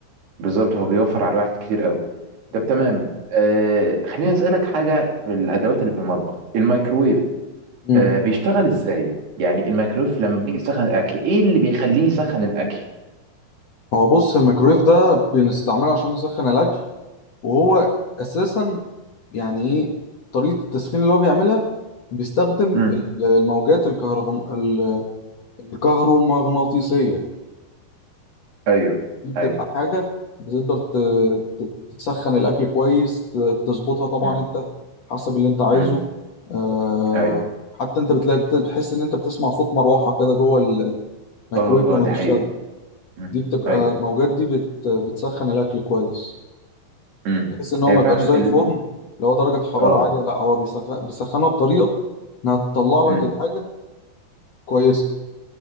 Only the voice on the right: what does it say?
بالظبط هو بيوفر على الواحد كتير قوي
طب تمام آه خليني اسالك حاجه في الادوات اللي في المطبخ الميكروويف
آه بيشتغل ازاي يعني الميكروويف لما بنيجي نسخن الاكل ايه اللي بيخليه يسخن الاكل
امم
ايوه
ايوه
امم
امم
ايوه
اه اه
دي
حقيقه امم
ايوه
امم
هي
فعلا
ال...
اه
ايوه